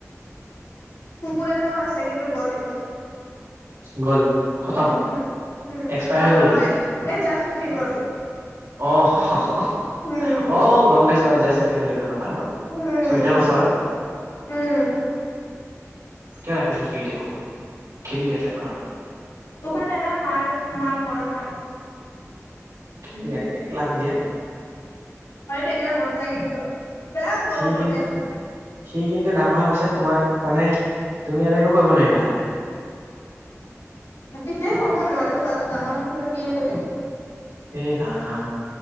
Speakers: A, on the left (about 85°); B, on the right (about 85°).
A: কুকুৰ এটাও আছে কিন্তু গল হেইটো।
B: গ'ল। খতম
A: উম হম
B: এক্সপায়াৰ
A: নহয়
B: হৈ
A: নহয়
B: গ'ল নেকি
A: এই জাচ উঠি গ'ল।
B: অ হঃ হঃ হঃ
A: উম
B: অ গম পাইছো আজি আছো ঠিক হলেন। প ন
A: উম
B: চৈধ্যয় বছৰত।
A: উম
B: কিয় ৰাখিছা ফ্ৰী টে ক অক খেদি দিয়া তাক। ঘৰৰ পৰা
A: উপায় নাই না মাৰ মাৰ মৰমৰ।
B: খেদি দিয়া এক লাট দিয়া।
A: হৈ থাকিলে মন যায় কিন্তু বেয়া খুৱাব
B: সি
A: মন
B: কিন্তু
A: যায়
B: সি কিন্তু। ডাঙৰ হোৱাৰ পিছত তোমাক মানে তুমি আৰু একো কৰিব নোৱাৰিবা তাক।
A: তেতিয়াই কৰিব নোৱাৰো তাত ডাঙৰ হো কিয়ে কৰিম।
B: এই ৰাম